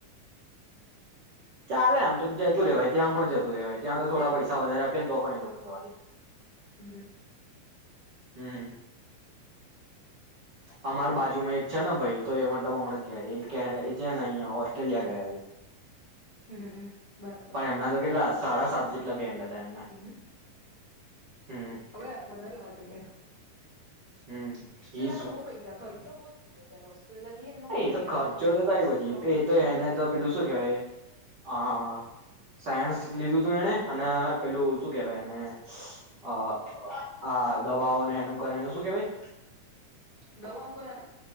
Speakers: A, on the right; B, on the left.
A: ચાલે આમ તો જતું રહેવાય ત્યાં પણ જતું રહેવાય. ત્યાં તો થોડા
B: પેલા
A: પૈસા વધારે આપ્યા ને તો પણ એ લોકો. જોવા દે.
B: હમ્મ.
A: હમ્મ. અમાર બાજુમાં એક છે ને ભાઈ તો એ મતલબ હમણાં ગયા કે છે ને અહિયાં ઓસ્ટ્રેલિયા ગયા એ.
B: હમ્મ બરાબર.
A: પણ એમના તો કેટલા સાડા સાત જ કેટલા બેન્ડ હતા એમના.
B: હમ
A: હમ
B: આપડે વધારે લાવવા જોઈએ બેન.
A: હમ હી
B: લા પર બહુ પૈસા ખર્ચો <unintelligible> એનો વાંધો
A: એતો
B: નહી
A: ખર્ચો તો થાય પછી
B: પણ ખર્ચો
A: એ તો
B: બહુ
A: એને
B: થઈ
A: તો
B: જાય
A: પેલું
B: આપડો
A: શું કેવાય હા સાયન્સ લીધું તું એણે. અને. પેલું શું કેહેવાય ને અ. આ દવાઓ ને. એ કરનું શું કેવાય.
B: દવાઓંગના